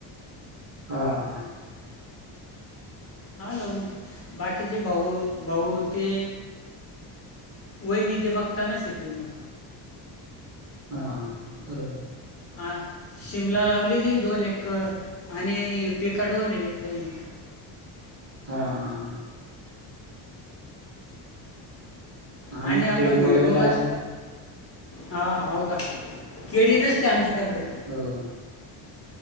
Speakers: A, on the right; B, on the left.
A: हां हां.
B: हा लवंग बाकीचे भाऊ भाऊ ते वहिनी ते बघता ना शेती मग.
A: हां बरोबर.
B: आं शिमला लावलेली दोन एकर आणि पिकाडोर आहे काही
A: हा हां हां. आम्ही
B: आणि आपलं
A: केळी
B: भुईमुंग
A: वगैरे लावतो
B: अस हा हाव का केळी नसते आमच्याकडे.
A: हो.